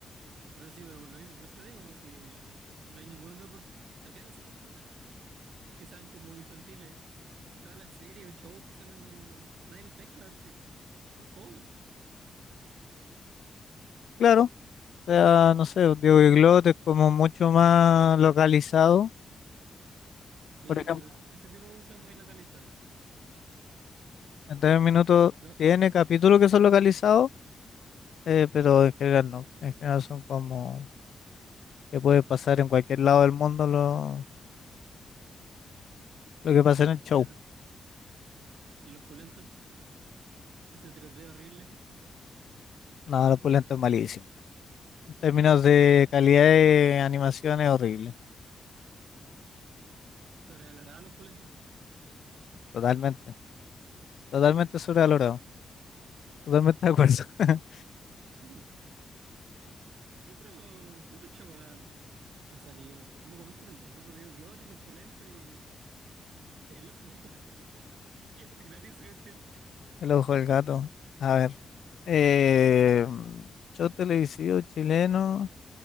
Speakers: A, on the right; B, on the left.
A: O sea, sí, pero por lo mismo, por eso digo, pues si eh, que no hay ningún otro. pro- Acá no salen programas buenos que sean como infantiles. todas las series o shows que salen, no- nadie los pesca porque son fome.
B: Claro, o sea, no sé, pues, Diego Iglot es como mucho más localizado.
A: Sí,
B: Por ejemplo,
A: pues, ese tipo de cosas muy localizadas.
B: treinta y dos minutos
A: Lo-
B: tiene capítulos que son localizados, eh, pero en general no. En general son como que puede pasar en cualquier lado del mundo lo, lo que pasa en el show.
A: claro. ¿Y los pulentos? Ese tres d horrible. <laughs>
B: Nada, lo pulento es malísimo. En términos de calidad de animación es horrible.
A: Sobrevalorada los pulentos.
B: Totalmente, totalmente sobrevalorado, totalmente de acuerdo. <laughs>
A: <laughs> ¿Y qué otro, qué otro show han- ha salido? Que no conozco ninguno. Otro Diego Glot y los pulentos y <laughs> el ojo del gato. <laughs> Qué ordinario se vestir.
B: El ojo del gato. A ver, eh, show televisivo chileno,